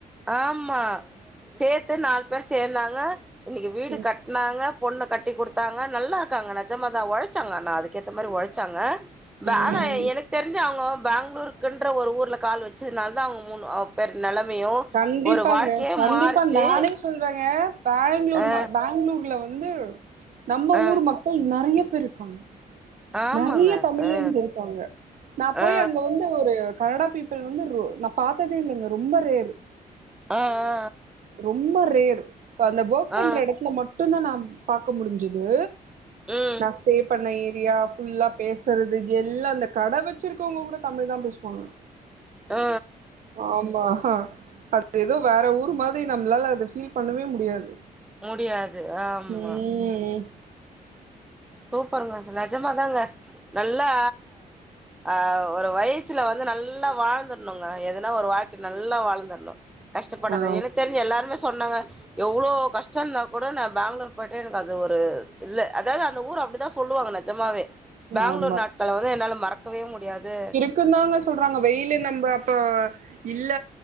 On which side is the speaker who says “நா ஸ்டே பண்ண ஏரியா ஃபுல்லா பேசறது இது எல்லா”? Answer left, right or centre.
Right